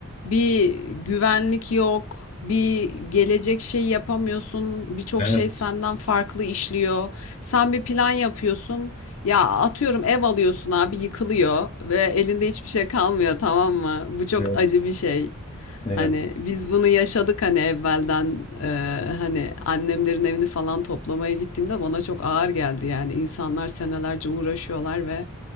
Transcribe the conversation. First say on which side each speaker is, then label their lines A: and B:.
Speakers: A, on the left (about 80°); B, on the left (about 25°).
A: Bir güvenlik yok. Bir gelecek şey yapamıyorsun. Birçok
B: Evet,
A: şey senden farklı işliyor. Sen bir plan yapıyorsun. Ya atıyorum ev alıyorsun abi yıkılıyor ve elinde hiçbir şey kalmıyor tamam mı? Bu çok
B: evet,
A: acı bir şey.
B: evet.
A: Hani biz bunu yaşadık hani evvelden eee, hani annemlerin evini falan toplamaya gittiğimde bana çok ağır geldi yani insanlar senelerce uğraşıyorlar ve